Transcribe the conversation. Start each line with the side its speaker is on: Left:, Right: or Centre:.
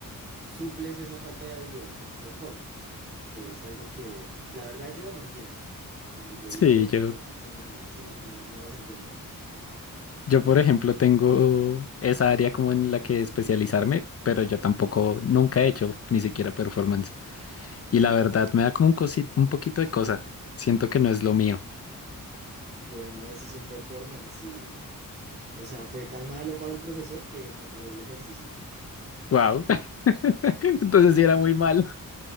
Right: suples esa falta de habilidad con un performance, que es algo que la verdad yo no entiendo. Cuando yo
Left: Sí,
Right: he visto los
Left: yo
Right: performances en mi universidad, no, no los entiendo.
Left: Yo, por ejemplo, tengo esa área como en la que especializarme, pero yo tampoco nunca he hecho ni siquiera performance. Y la verdad me da como un cosi- un poquito de cosa. Siento que no es lo mío.
Right: Yo una vez hice un performance y, o sea, fue tan malo para el profesor que me paró el ejercicio.
Left: Wow. <laughs> Entonces sí era muy malo.